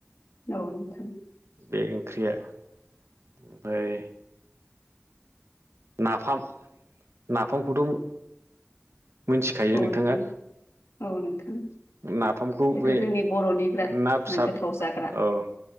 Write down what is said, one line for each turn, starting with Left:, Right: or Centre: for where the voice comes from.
Left: औ नोंथां
Right: बे ओंख्रिया ओमफ्राय नाफाम नाफामखौथ' मिथिखायो
Left: औ
Right: नोंथाङा
Left: नोंथां औ नोंथां
Right: नाफामखौ
Left: बेथ'
Right: बे
Left: जोंनि बर'नि बिराद
Right: ना फिसा
Left: गोथाव जाग्रा
Right: औ